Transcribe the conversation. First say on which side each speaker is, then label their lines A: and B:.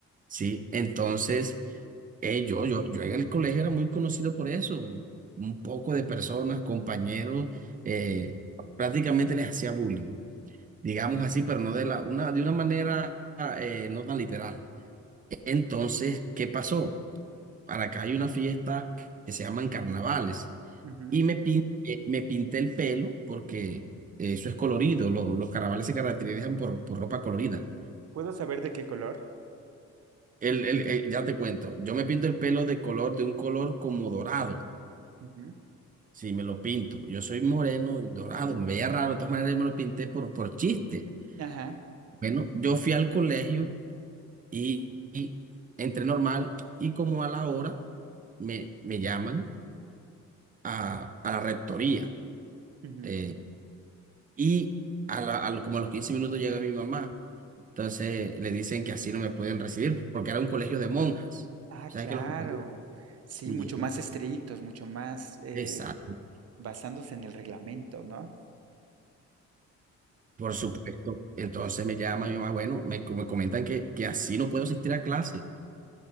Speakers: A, on the right; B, on the right.
A: sí, entonces eh, yo, yo, yo en el colegio era muy conocido por eso, un poco de personas, compañeros, eh, prácticamente les hacía bullying, digamos así, pero no de la, una, de una manera eh, no tan literal. Entonces, ¿qué pasó? Para acá hay una fiesta que se llaman carnavales
B: Ujú.
A: y me, pin- eh, me pinté el pelo porque eso es colorido, lo- los carnavales se caracterizan por, por ropa colorida.
B: ¿Puedo saber de qué color?
A: El, el- el- ya te cuento, yo me pinto el pelo de color, de un color como dorado,
B: Ujú.
A: si me lo pinto. Yo soy moreno, y dorado, me veía raro, de todas maneras yo me lo pinté por, por chiste.
B: Ajá.
A: Bueno, yo fui al colegio y, y entré normal y como a la hora me, me llaman a, a la rectoría
B: Ujú.
A: eh, y a la- a lo- como a los 15 minutos llega mi mamá. Entonces le dicen que así no me pueden recibir porque era un colegio de monjas.
B: Ah,
A: O sea
B: claro.
A: que los... colegios-
B: Sí,
A: Sí,
B: mucho
A: lo-
B: más estrictos, mucho más eh,
A: exacto.
B: basándose en el reglamento, ¿no?
A: Por supuesto. Entonces me llama mi mamá, bueno, me, me comentan que, que así no puedo asistir a clase.